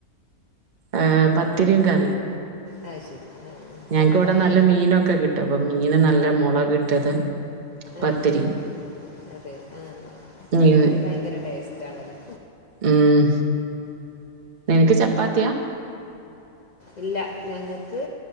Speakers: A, on the right; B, on the left.
A: ആഹ് പത്തിരിം കറീം
B: അത് ശരി ആ.
A: ഞങ്ങക്ക്
B: പത്തിരി
A: വിടെ നല്ല മീനൊക്കെ കിട്ടും അപ്പൊ മീന് നല്ല മുളകിട്ടത് പത്തിരിയും
B: ആഹ് അതെ ആഹ് പത്തിരി
A: മീന്
B: ഭയങ്കര ടേസ്റ്റ് ആണല്ലോ?
A: ഉം ഇങ്ങക്ക് ചപ്പാത്തിയാ?
B: ഇല്ല ഞങ്ങക്ക്